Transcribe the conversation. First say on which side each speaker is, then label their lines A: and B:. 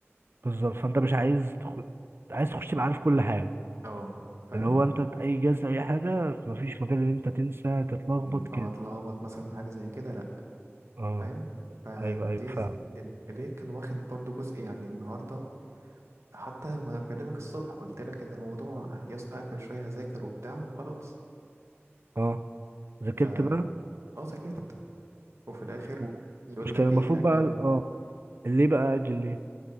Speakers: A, on the right (about 55°); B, on the right (about 85°).
A: بالظبط فانت مش عايز تخ... عايز تخش تبقى عارف كل حاجه
B: اه فاهم
A: اللي هو انت اي جهاز اي حاجه مفيش مجال ان انت تنسى تتلخبط
B: م،
A: كده
B: اه اتلخبط مثلا في حاجه زي كده
A: اه
B: فاهم فدي
A: ايوه ايوه فعلا
B: س- دي- ليه كان واخد برضو جزء يعني النهارده حتى وانا بكلمك الصبح قلت لك ان الموضوع يا اسطى هقفل شويه هذاكر وبتاع وخلاص
A: اه ذاكرت
B: ف
A: بقى
B: اه ذاكرت وفي الاخر
A: و-
B: يقول
A: مش كان
B: لك
A: المفروض
B: ايه اجل
A: بقى ال- اه ليه بقى اجل ليه